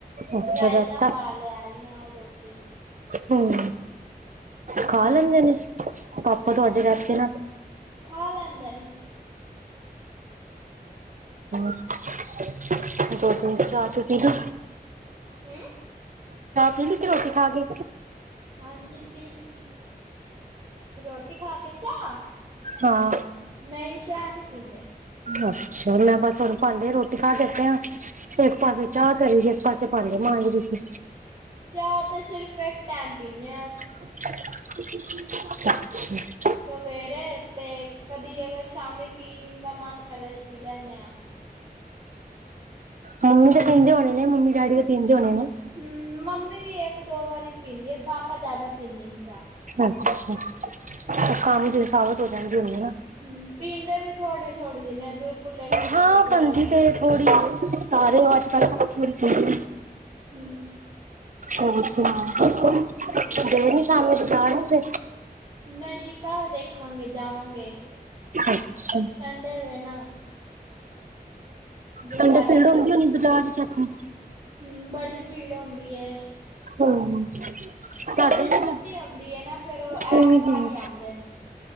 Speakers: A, on the right; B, on the right.
A: ਅੱਛਾ
B: ਰਾਇਤਾ
A: ਰੈਤਾ।
B: ਪਾ ਲਿਆ ਨਾਲ ਰੋਟੀ।
A: ਹਮ।
B: ਹੂੰ
A: ਖਾ ਲੈਂਦੇ ਨੇ ਪਾਪਾ ਤੁਹਾਡੇ
B: ਹਾਂ
A: ਰਾਈਤਾ ਨਾ
B: ਖਾ ਲੈਂਦੇ ਨੇ।
A: <unintelligible> ਦੋ ਦਿਨ ਚਾਰ ਚੁਟੀ ਦੀ
B: ਹੈ।
A: ਦਿੱਲੀ ਤੇ ਰੋਟੀ ਖਾ ਕੇ
B: ਹਾਂਜੀ ਪੀਲ ਰੋਟੀ ਖਾ ਕੇ ਚਾਹ।
A: ਹਾਂ,
B: ਨਹੀਂ ਚਾਹ ਨਹੀਂ ਪੀਂਦੇ।
A: ਅੱਛਾ ਹੁਣ ਭਾਂਡੇ ਰੋਟੀ ਖਾ ਕੇ ਹਟੇ ਇਕ ਪਾਸੇ ਚਾਹ ਤੇ ਇੱਕ ਪਾਸੇ ਚਾਹ ਤਰੀ ਬਸ, ਭਾਂਡੇ ਮਾਂਜ ਰਹੀ ਸੀ।
B: ਚਾਹ ਤੇ ਸਿਰਫ ਇੱਕ ਟੈਮ ਪੀਂਨੇ ਹਾਂ।
A: ਅੱਛਾ।
B: ਸਵੇਰੇ, ਤੇ ਕਦੀ ਅਗਰ ਸ਼ਾਮੀ ਪੀਣ ਦਾ ਮਨ ਕਰੇ ਤੇ ਪੀ ਲੈਂਨੇ ਹਾਂ।
A: ਮੰਮੀ ਤਾਂ ਪੀਂਦੇ ਹੋਣੇ ਨੇ, ਮੰਮੀ ਡੈਡੀ ਤਾਂ ਪੀਂਦੇ ਹੋਣੇ ਨੇ?
B: ਹੂੰ ਮੰਮੀ ਵੀ ਇੱਕ ਦੋ ਵਾਰੀ ਪੀਂਦੀ ਆ, ਪਾਪਾ ਜਿਆਦਾ ਪੀਂਦੇ ਨੇ ਚਾਹ।
A: ਕੰਮ ਤੇ, ਥਕਾਵਟ ਹੋ ਜਾਂਦੀ ਹੋਣੀ ਨਾ।
B: ਹੂੰ ਪੀਂਦੇ ਵੀ ਥੋੜੀ- ਥੋੜੀ ਜਿਹੀ ਨੇ, ਬਿਲਕੁਲ ਇੱਕ
A: ਹਾਂ
B: ਘੁੱਟ ਜਰਾ
A: ਬਣਦੀ ਤੇ
B: ਜੀ।
A: ਥੋੜੀ ਸਾਰੇ ਹੋ ਅੱਜ ਕੱਲ ਥੋੜ੍ਹੀ- ਥੋੜ੍ਹੀ
B: ਹਮ।
A: ਹੋਰ ਸੁਣਾਓ,
B: ਹੋਰ
A: ਗਏ ਨੀ ਸ਼ਾਮ ਨੂੰ ਬਜ਼ਾਰ ਉੱਥੇ।
B: ਨਹੀਂ, ਕੱਲ ਦੇਖਾਂਗੇ। ਜਾਵਾਂਗੇ,
A: ਅੱਛਾ
B: ਸੰਡੇ ਵੇ ਨਾ। ਜੋ
A: ਸੰਡੇ,
B: ਸਾਡੇ
A: ਭੀੜ ਹੁੰਦੀ ਹੋਣੀ ਬਾਜ਼ਾਰ ਚ।
B: ਹੂੰ, ਬੜੀ ਭੀੜ ਹੁੰਦੀ ਹੈ।
A: ਹੂੰ। ਸਾਡੇ
B: ਦੀ
A: ਵੀ,
B: ਛੁੱਟੀ ਹੁੰਦੀ ਏ ਨਾ ਫੇਰ ਉਹ ਐਤਵਾਰ
A: ਹੂੰ ਹੂੰ।
B: ਹੀ ਆਂਦੇ ਨੇ।